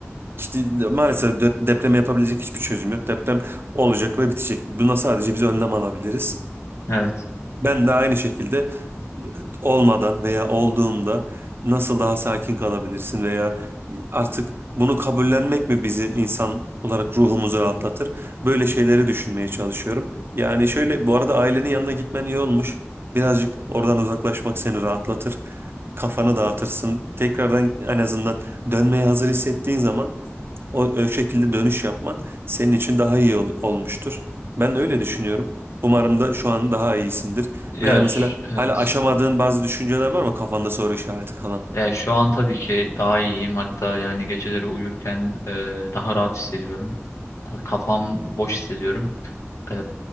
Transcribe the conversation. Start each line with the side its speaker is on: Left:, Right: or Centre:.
Right: İşte maalesef de- deprem yapabilecek hiçbir çözüm yok. Deprem olacak ve bitecek. Buna sadece biz önlem alabiliriz.
Left: Evet.
Right: Ben de aynı şekilde olmadan veya olduğunda nasıl daha sakin kalabilirsin veya artık bunu kabullenmek mi bizi insan olarak ruhumuzu rahatlatır? Böyle şeyleri düşünmeye çalışıyorum. Yani şöyle bu arada ailenin yanına gitmen iyi olmuş. Birazcık oradan uzaklaşmak seni rahatlatır. Kafanı dağıtırsın. Tekrardan en azından dönmeye hazır hissettiğin zaman o, o şekilde dönüş yapman senin için daha iyi ol- olmuştur. Ben öyle düşünüyorum. Umarım da şu an daha iyisindir.
Left: Ya
Right: Veya mesela
Left: ş- evet.
Right: hala aşamadığın bazı düşünceler var mı kafanda soru işareti kalan?
Left: Yani şu an tabii ki daha iyiyim. Hatta yani geceleri uyurken e, daha rahat hissediyorum. Hani Kafam boş hissediyorum. E,